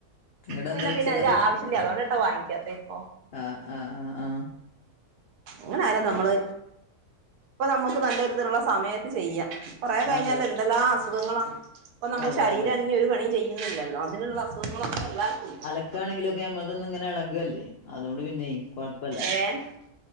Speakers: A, on the left (about 85°); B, on the right (about 85°).
A: നിങ്ങടെ
B: പിന്നെ
A: എന്താ ഉച്ചക്കത്തെ
B: പിന്നെ അവര് ആവശ്യമില്ലേ അതുകൊണ്ട്ട്ടാ വാങിക്കതോ ഇപ്പൊ
A: ആഹ ആഹ് ആഹ് ആഹ
B: അങ്ങനെ ആലും നമ്മള് ഇപ്പൊ നമ്മുക്ക് നല്ല ഇതുള്ള സമയത്ത് ചെയ്യാം. കുയ കഴിഞ്ഞാൽ
A: അതെ
B: എന്തെല്ലാം അസുഖങ്ങളാ ഇപ്പൊ നമ്മൾ
A: അതെ
B: ശരീരം
A: അതെ
B: അങ്ങി ഒരു പണിയും ചെയ്യുന്നില്ലല്ലോ. ഇതിലുള്ള അസുഖങ്ങൾ എല്ലാവർക്കും ഉണ്ടാവും
A: വക്കാണെങ്കിലൊക്കെ നമ്മ അതൊന്നും ഇങ്ങനെ ഇളകല്ലേ അതുകൊണ്ട് പിന്നെയ കൊഴപ്പല്ല.
B: ഏഹ്